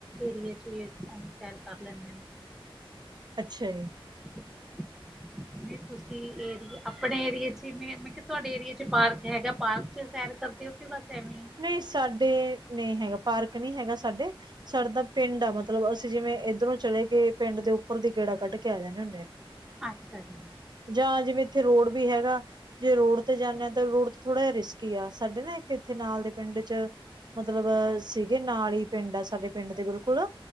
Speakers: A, in the centre; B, on the right.
A: ਏਰੀਏ ਚ ਸੈਰ ਕਰ ਲੈਂਦੇ ਹੋ।
B: ਅੱਛਾ ਜੀ
A: <unintelligible> <unintelligible> ਨਹੀਂ ਤੁਸੀਂ ਅਰਿਆ ਆਪਣੇ ਏਰੀਏ ਚ ਹੀ ਜਿਵੇਂ ਮੈਂ ਕਿਹਾ ਤੁਹਾਡੇ ਏਰੀਏ ਚ ਪਾਰਕ ਹੈਗਾ ਪਾਰਕ ਚ ਸੈਰ ਕਰਦੇ ਹੋ। ਕਿ ਬਸ ਐਵੇਂ ਹੀ
B: ਨਈ ਸਾਡੇ ਨਹੀ ਹੈਗਾ ਪਾਰਕ ਨਹੀਂ ਹੈਗਾ ਸਾਡੇ। ਸਾਡੇ ਦਾ ਪਿੰਡ ਆ ਮਤਲਬ ਅਸੀਂ ਜਿਵੇਂ ਇੱਧਰੋਂ ਚਲੇ ਗਏ ਪਿੰਡ ਦੇ ਉੱਪਰ ਦੀ ਗੇੜਾ ਕੱਢ ਕੇ ਆ ਜਾਂਦੇ ਹੁੰਨੇ ਆ।
A: ਅੱਛਾ ਜੀ।
B: ਜਾਂ ਜਿਵੇਂ ਇੱਥੇ ਰੋਡ ਵੀ ਹੈਗਾ ਜੇ ਰੋਡ ਤੇ ਜਾਂਦੇ ਆ ਤਾਂ ਰੋਡ ਥੋੜਾ ਜਿਹਾ ਰਿਸਕੀ ਆ, ਸਾਡੇ ਨਾ ਇੱਕ ਇੱਥੇ ਨਾਲ ਦੇ ਪਿੰਡ ਚ ਮਤਲਬ ਸੀਗੇ ਨਾਲ ਹੀ ਪਿੰਡ ਆ ਸਾਡੇ ਪਿੰਡ ਦੇ ਬਿਲਕੁਲ।